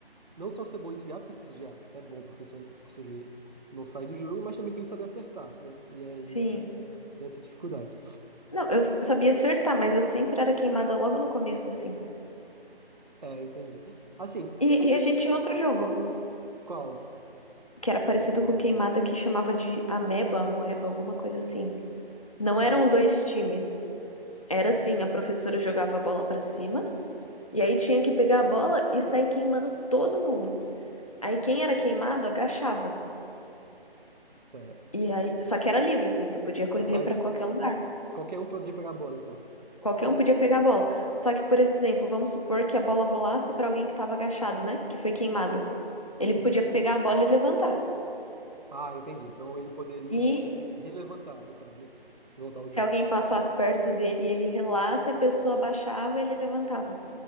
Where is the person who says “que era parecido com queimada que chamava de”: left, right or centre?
Left